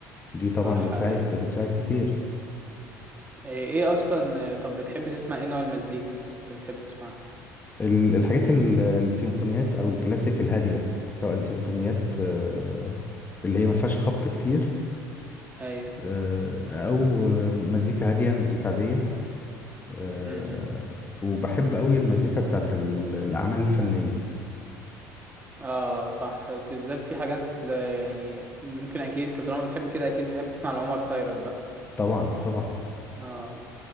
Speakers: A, on the left; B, on the right.
A: دي طبعا
B: صح
A: بتساعد
B: ايوه
A: بتساعد كتير
B: ايه إيه اصلا طب بتحب تسمع ايه نوع المزيكا اللي بتحب تسمعها
A: ال- الحاجات ال- السيمفونيات او الكلاسيك الهاديه سواء سيمفونيات آه، اللي هي ما فيهاش خبط كتير
B: ايوه
A: آه، او مزيكا هاديه مزيكا عاديه آه،
B: م- م.
A: وبحب قوي المزيكا بتاعت ال- الاعمال الفنيه
B: اه صح في الذات في حاجات لا يعني ممكن اكيد انت طالما بتحب كده اكيد بتحب تسمع لعمر خيرت بقى
A: طبعا طبعا
B: اه